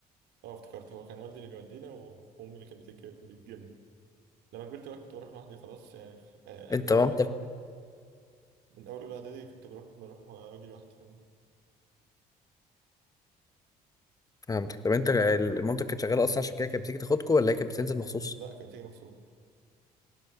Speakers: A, on the right; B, on the left.
A: اه افتكرت هو كان والدي اللي بيودينا وامي اللي كانت بتج- بتجيبنا لما كبرت بقى كنت بروح لوحدي خلاص يعني في... آه،
B: انت
A: من
B: مامتك
A: اول من اول اولى اعدادي كنت بروح بروح واجي لوحدي كمان
B: فهمتك طب انت ال- مامتك كانت شغاله اصلا عشان كده كانت بتيجي تاخدكم ولا هي كانت بتنزل مخصوص؟
A: لا كانت بتيجي مغصوب